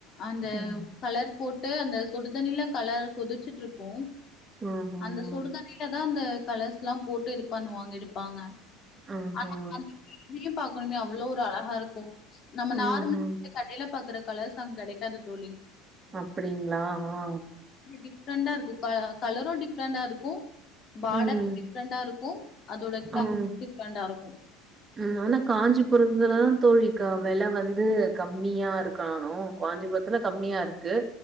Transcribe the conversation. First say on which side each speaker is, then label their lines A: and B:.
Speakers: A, on the left; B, on the right.
A: அந்த
B: ம்.
A: கலர் போட்டு அந்த சுடுதண்ணில கலர் கொதிச்சுட்ருக்கூ
B: ம் ம்ஹ்ம்.
A: அந்த சுடுதண்ணில தா அந்த கலர்ஸ்ல்லா போட்டு இது பண்ணுவாங்க எடுப்பாங்க
B: ஆஹா!
A: ஆனா <inaudible> பாக்கணுமே அவ்ளோ ஒரு அழகா இருக்கூ நம்ம நார்
B: ம்ஹ்ம்.
A: கடைல பாக்குற கலர்ஸ் அங்க கடைக்காது தோழி
B: அப்டிங்களா ஆ
A: டிஃப்ரெண்டா இருக்கூ கலரு டிஃப்ரெண்டா இருக்கூ பார்டரு
B: ம்.
A: டிஃப்ரெண்டா இருக்கூ அதோட
B: ஆ.
A: <inaudible> டிஃப்ரண்டா இருக்கூ
B: ம் ஆனா காஞ்சிபுரத்துலதா தோழி வெல வந்து கம்மியாருக்கணு காஞ்சிபுரத்துல கம்மியா இருக்கு